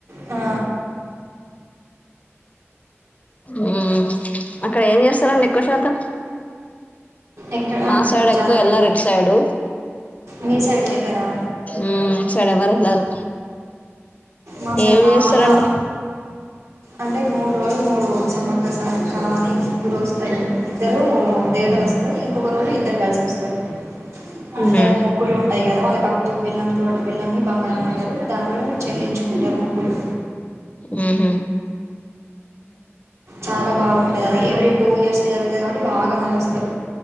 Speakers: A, on the right (about 70°); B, on the left (about 30°).
A: ఆ
B: ఊ అక్కడ ఏం చేస్ కదండి ఎక్కువశాతం
A: ఎక్కడ
B: మా సైడ్ ఎక్కువ
A: జాతర
B: ఎళ్లరు ఇటు సైడు
A: మీ సైడ్ వెళ్ళరా
B: ఊ ఇటు సైడ్ ఎవరు ఎళ్లరు
A: మా సైడ్
B: ఏం
A: బాగా
B: చేస్తారండి
A: అంటే మూడు రోజులు మూడు సమ్మక్క సారక్క అని ముగ్గురు వస్తారు ఇద్దరు ఇప్పుడు దేవతలు వస్తారు ఇంకొక రోజు ఇద్దరు కలిసి వస్తారు అందరు
B: మ్మ్
A: మొక్కులు ఉం ఉంటాయి కదా వాళ్ళకప్పుడు బెల్లంతో బెల్లంని బంగారం అంటారు దాంతో చెల్లించుకుంటారు మొక్కులు
B: ఉహు
A: చాలా బాగుంటది అది ఎవ్ ర్రీ టూ ఇయర్స్ కి జరుగుతది కాబట్టి బాగా మంది వస్తరు